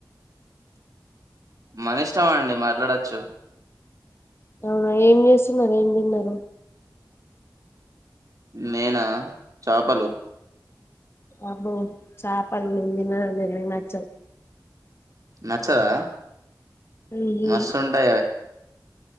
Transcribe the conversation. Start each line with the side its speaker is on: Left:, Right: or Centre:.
Right: మన ఇష్టం అండి మాట్లాడొచ్చు
Left: అవునా ఏం చేస్తున్నారు ఏం తిన్నారు
Right: నేనా చాపలు
Left: అబ్బో చేపలు నేను తిననండి నాకు నచ్చదు
Right: నచ్చదా
Left: ఉహు
Right: మస్తుంటాయి అవి